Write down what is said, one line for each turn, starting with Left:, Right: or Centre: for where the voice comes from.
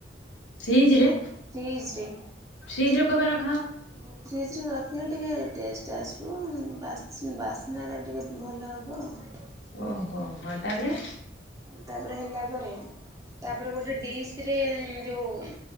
Left: ଫ୍ରିଜରେ
Right: ଫ୍ରିଜରେ।
Left: ଫ୍ରିଜରେ କଣ <unintelligible> ର
Right: ଉଁ ଫ୍ରିଜରେ ରଖିଲେ ଟିକେ ଟେଷ୍ଟ ଷ୍ଟ ଆସିବ ଉଁ ବାସ ବାସ୍ନାଟା ଟିକେ ଭଲ ହବ ଆଉ।
Left: ଓହୋ ହଁ ତାପରେ
Right: ତାପରେ ହେଲା ପରେ ତାପରେ ଗୋଟେ ଡିସ ରେ ଉଁ ଯୋଉ